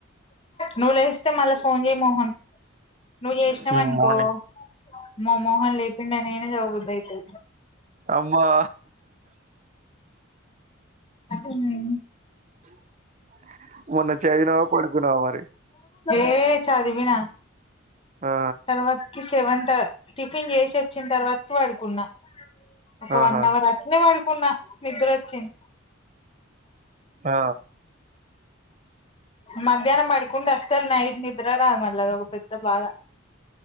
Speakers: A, on the left (about 25°); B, on the right (about 35°).
A: నువ్ లేస్తే మళ్ళీ ఫోన్ చేయి మోహన్ నువ్ చేసినావనుకో
B: హ్మ్. మార్నింగ్
A: అమ్మ మోహన్ లేపిండని నేనే చదవబుద్ది అయితది
B: అమ్మా
A: ఉమ్
B: <inaudible> మొన్న చదివినవా పడకునావా మరి
A: ఏ చదివినా
B: ఆ!
A: తర్వాతకి సెవంత టిఫిన్ చేసి వచ్చిన తర్వాత వడుకున్న ఒక
B: ఆహా!
A: వన్ అవర్ నే పడుకున్నా నిద్ద్ర వచ్చింది
B: ఆ
A: మధ్యాహ్నం పడుకుంటే అస్సలు నైట్ నిద్ర రాదు మళ్ళీ అ ఒక పెద్ద బాధ